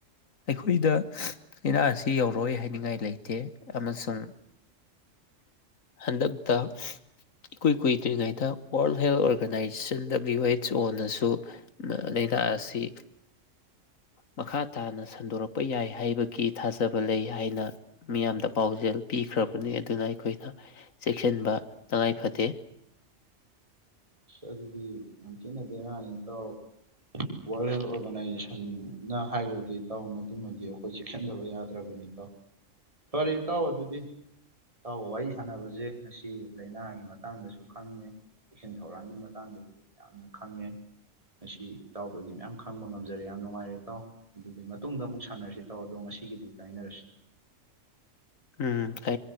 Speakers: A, on the left; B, on the right.
A: ꯑꯩꯈꯣꯏꯗ ꯂꯥꯏꯅꯥ ꯑꯁꯤ ꯌꯧꯔꯣꯏ ꯍꯥꯏꯅꯤꯡꯉꯥꯏ ꯂꯩꯇꯦ ꯑꯃꯁꯨꯡ ꯍꯟꯗꯛꯇ ꯏꯀꯨꯏ ꯀꯨꯏꯗ꯭ꯔꯤꯉꯩꯗ world health organisation W H ꯑꯣꯅꯁꯨ ꯂꯥꯏꯅꯥꯥꯛ ꯑꯁꯤ ꯃꯈꯥ ꯇꯥꯅ ꯁꯟꯗꯣꯔꯛꯄ ꯌꯥꯏ ꯍꯥꯏꯕꯒꯤ ꯊꯥꯖꯕ ꯂꯩ ꯍꯥꯏꯅ ꯃꯤꯌꯥꯝꯗ ꯄꯥꯎꯖꯦꯜ ꯄꯤꯈ꯭ꯔꯕꯅꯤ ꯑꯗꯨꯅ ꯑꯩꯈꯣꯏꯅ ꯆꯦꯛꯁꯤꯟꯕ ꯇꯉꯥꯏ ꯐꯗꯦ
B: ꯑꯗꯨꯗꯤ ꯌꯥꯝ ꯊꯅ ꯑꯩꯔꯥꯡꯅꯤ ꯏꯇꯥꯎ ꯋꯥꯔꯜ ꯍꯦꯜꯠ ꯑꯣꯔꯒꯅꯥꯏꯖꯦꯁꯟꯅ ꯍꯥꯏꯈ꯭ꯔꯗꯤ ꯇꯥꯎ ꯃꯇꯨꯡꯃꯗꯤ ꯑꯩꯈꯣꯏ ꯆꯦꯛꯁꯤꯟꯗꯕ ꯌꯥꯗ꯭ꯔꯕꯅꯤ ꯏꯇꯥꯎ ꯐꯔꯦ ꯏꯇꯥꯎ ꯑꯗꯨꯗꯤ ꯇꯥꯎ ꯋꯥꯔꯤ ꯁꯥꯟꯅꯕꯁꯦ ꯉꯁꯤ ꯂꯥꯏꯅꯥꯒꯤ ꯃꯇꯥꯡꯗꯁꯨ ꯈꯪꯉꯦ ꯊꯧꯔꯥꯡꯒꯤ ꯃꯇꯥꯡꯗꯁꯨ ꯌꯥꯝꯅ ꯈꯪꯉꯦ ꯉꯁꯤ ꯏꯇꯥꯎꯗꯒꯤ ꯃꯌꯥꯝ ꯈꯪꯕ ꯉꯝꯖꯔꯦ ꯌꯥꯝ ꯅꯨꯡꯉꯥꯏꯔꯦ ꯏꯇꯥꯎ ꯑꯗꯨꯒꯤ ꯃꯇꯨꯡꯗ ꯑꯃꯨꯛ ꯁꯥꯟꯅꯔꯁꯤ ꯇꯥꯎ ꯑꯗꯣ ꯉꯁꯤꯒꯤꯗꯤ ꯀꯥꯏꯅꯔꯁꯤ
A: ꯎꯝ ꯀ